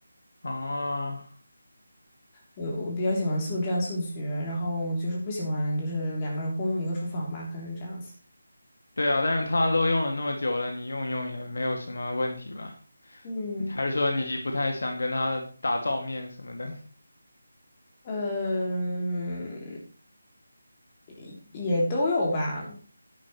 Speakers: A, on the left; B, on the left.
A: 啊，
B: 我我比较喜欢速战速决，然后就是不喜欢就是两个人共用一个厨房吧，可能是这样子。
A: 对啊，但是他都用了那么久了，你用用也没有什么问题吧？
B: 嗯。
A: 还是说你不太想跟他打照面什么的？<laughs>
B: 嗯，也也都有吧。